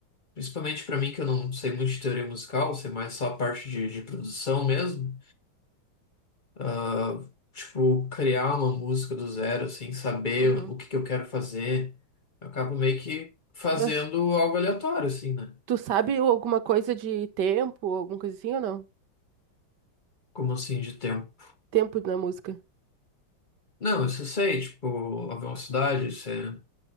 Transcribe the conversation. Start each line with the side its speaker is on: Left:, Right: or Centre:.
Left: Principalmente pra mim, que eu não sei muito de teoria musical, sei mais só a parte de, de produção mesmo. Ah, tipo, criar uma música do zero, assim, saber
Right: Uhum.
Left: o que que eu quero fazer. Eu acabo meio que fazendo
Right: Mas
Left: algo aleatório, assim, né?
Right: tu sabe alguma coisa de tempo, alguma coisa assim ou não?
Left: Como assim, de tempo.
Right: Tempo na música.
Left: Não, isso eu sei, tipo, a velocidade, isso é,